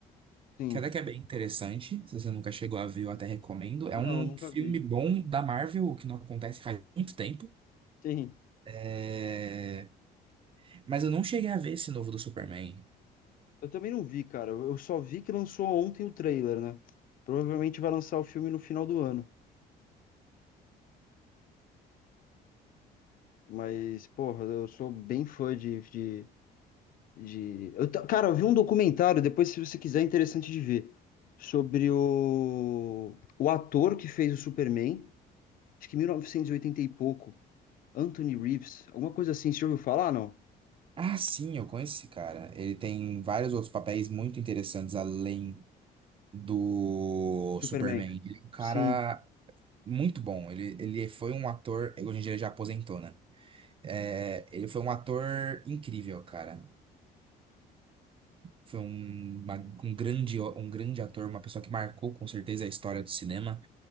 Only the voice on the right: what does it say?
que até que é bem interessante. Se você nunca chegou a ver, eu até recomendo. É
um
filme
bom da Marvel, o que não acontece faz muito tempo.
É, Mas eu não cheguei a ver esse novo do Superman.
Ah, sim, eu conheço esse cara. Ele tem vários outros papéis muito interessantes além do
Superman. Ele é um cara
muito bom. Ele, ele foi um ator. Hoje em dia ele já aposentou, né? É, ele foi um ator incrível, cara. Foi um, uma- um grande, um grande ator, uma pessoa que marcou com certeza a história do cinema,